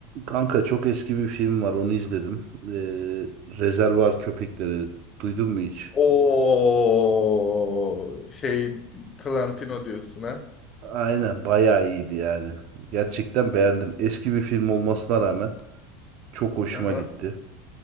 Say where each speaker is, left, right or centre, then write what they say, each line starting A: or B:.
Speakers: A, on the right; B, on the left.
A: Kanka çok eski bir film var onu izledim. Ee, Rezervuar Köpekleri duydun mu hiç?
B: O şey Tarantino diyorsun ha.
A: Aynen bayağı iyiydi yani. Gerçekten beğendim. Eski bir film olmasına rağmen çok hoşuma
B: Aha,
A: gitti.